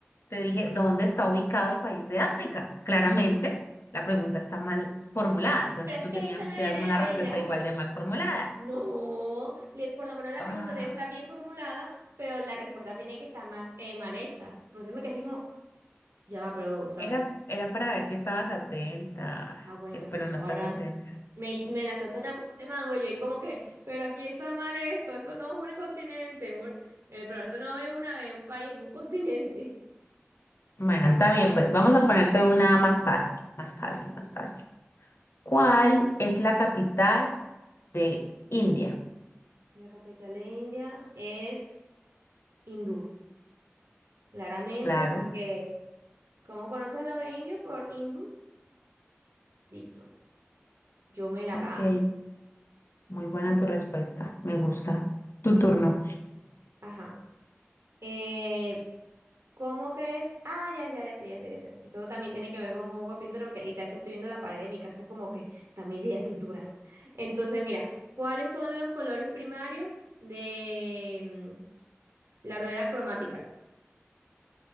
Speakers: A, on the left; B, on the right.
A: te dije, ¿dónde está ubicado el país de África? Claramente, la pregunta está mal formulada, entonces
B: Pero es
A: tú
B: que
A: tenías
B: esa no
A: que
B: es la
A: darme
B: idea,
A: una
B: bella.
A: respuesta igual de mal formulada.
B: No, le- por lo menos la
A: Ah,
B: pregunta debe estar bien formulada, pero la respuesta tiene que estar mal, eh, mal hecha. Por eso me quedé así como, ya va, pero, o sea,
A: era,
B: me-
A: era para ver si estabas atenta,
B: ah, bueno,
A: que- pero
B: pues no,
A: no estás
B: ahora
A: atenta.
B: me, me lanzaste una cosa de mango y yo, y como que, pero aquí está mal esto, eso no es un continente, un- eh, pero eso no es una, es un país, es un continente.
A: Bueno, está bien, pues vamos a ponerte una más fácil, más fácil,
B: Ajá.
A: más fácil. ¿Cuál es la capital de India?
B: La capital de India es hindú, claramente,
A: Claro.
B: porque, ¿cómo conoces a los indios? Por hindú, listo, yo me la
A: Ok,
B: gano.
A: muy buena tu respuesta, me gusta. Tu turno.
B: Ajá. Eh, ¿Cómo crees? Ah, ya, ya, ya sé, ya sé, ya sé. Esto también tiene que ver con un poco de pintura, porque literalmente estoy viendo la pared de mi casa como que, dame ideas, pintura. Entonces, mira, ¿cuáles son los colores primarios de mm, la rueda cromática?